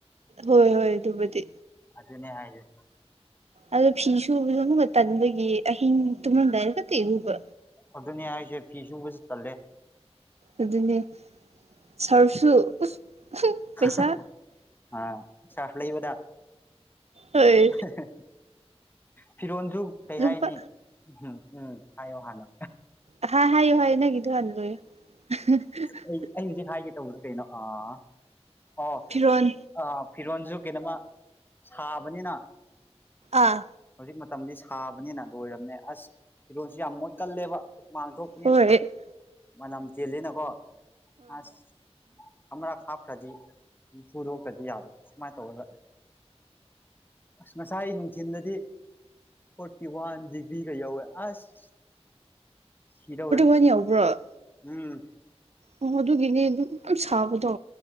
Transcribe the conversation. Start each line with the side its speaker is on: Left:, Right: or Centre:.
Right: ꯍꯣꯏ-ꯍꯣꯏ ꯑꯗꯨꯕꯨꯗꯤ꯫
Left: ꯑꯗꯨꯅꯦ ꯍꯥꯏꯁꯦ꯫
Right: ꯑꯗꯣ ꯐꯤ ꯁꯨꯕꯁꯨ ꯑꯃꯨꯛꯀ ꯇꯟꯕꯒꯤ ꯑꯍꯤꯡ ꯇꯨꯝꯂꯝꯗꯥꯏꯗ ꯍꯦꯛꯇ ꯏꯔꯨꯕ꯫
Left: ꯑꯗꯨꯅꯦ ꯍꯥꯏꯁꯦ ꯐꯤꯁꯨꯨꯕꯁꯨ ꯇꯜꯂꯦ꯫
Right: ꯑꯗꯨꯅꯦ ꯁ꯭ꯔꯐꯁꯨ ꯎꯁ
Left: <unintelligible>
Right: ꯄꯩꯁꯥ
Left: ꯑꯥ ꯁꯔꯐ ꯂꯩꯕꯗ
Right: ꯍꯣꯏ
Left: <unintelligible> ꯐꯤꯔꯣꯟꯁꯨ ꯀꯩ
Right: ꯂꯨꯄꯥ
Left: ꯍꯥꯏꯅꯤ ꯎꯝꯍꯝ ꯎꯝ ꯍꯥꯏꯌꯣ ꯍꯥꯟꯅ
Right: ꯑꯍꯥ ꯍꯥꯏꯌꯨ-ꯍꯥꯏꯌꯨ ꯅꯪꯒꯤꯗꯨ ꯍꯥꯟꯅ ꯂꯣꯏꯌꯣ <unintelligible>
Left: ꯑꯩ ꯑꯩ ꯍꯨꯖꯤꯛ ꯍꯥꯏꯒꯦ ꯇꯧꯕꯗ ꯀꯩꯅꯣ ꯑꯥ ꯑꯣ
Right: ꯐꯤꯔꯣꯟ
Left: ꯑ ꯐꯤꯔꯣꯟꯁꯨ ꯀꯩꯅꯣꯃ ꯁꯥꯕꯅꯤꯅ
Right: ꯑꯥ
Left: ꯍꯧꯖꯤꯛ ꯃꯇꯝꯗꯤ ꯁꯥꯕꯅꯤꯅ ꯂꯣꯏꯔꯕꯅꯦ ꯑꯁ ꯐꯤꯔꯣꯜꯁꯤ ꯌꯥꯝ ꯃꯣꯠꯀꯜꯂꯦꯕ ꯍꯨꯃꯥꯡ ꯊꯣꯛ
Right: ꯍꯣꯏꯠ꯫
Left: ꯃꯅꯝ ꯆꯦꯜꯂꯤꯅꯀꯣ ꯑꯁ ꯑꯃꯔꯛꯈꯛ ꯍꯥꯞꯈ꯭ꯔꯗꯤ ꯁꯨꯗꯣꯛꯇ꯭ꯔꯗꯤ ꯌꯥꯗ ꯑꯁꯨꯃꯥꯏꯅ ꯇꯧꯔꯒ ꯑꯁ ꯉꯁꯥꯏ ꯅꯨꯡꯊꯤꯟꯗꯗꯤ ꯐꯣꯔꯇꯤ ꯋꯥꯟ ꯗꯤꯒ꯭ꯔꯤꯒ ꯌꯧꯋꯦ ꯑꯁ ꯁꯤꯗꯧꯔꯦ꯫
Right: <unintelligible> ꯌꯧꯕ꯭ꯔꯣ?
Left: ꯎꯝ꯫
Right: ꯑꯣ ꯑꯗꯨꯒꯤꯅꯦ ꯑꯗꯨꯛ ꯌꯥꯝ ꯁꯥꯕꯗꯣ